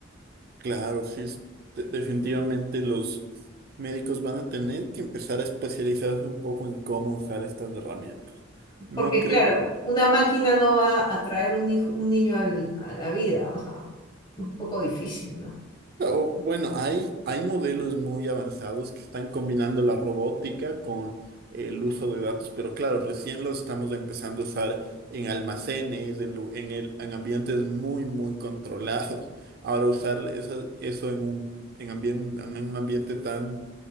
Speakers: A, on the right; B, on the left.
A: Claro, sí, es- de- definitivamente los médicos van a tener que empezar a especializarse un poco en cómo usar estas herramientas. No
B: Porque
A: creo.
B: claro, una máquina no va a traer un hijo, un niño al- a la vida, o sea, un poco difícil, ¿no?
A: O, bueno, hay, hay modelos muy avanzados que están combinando la robótica con el uso de datos, pero claro, recién los estamos empezando a usar en almacenes, en, lu- en el, en ambientes muy, muy controlados. Ahora usar eso, eso en un, en ambien- en un ambiente tan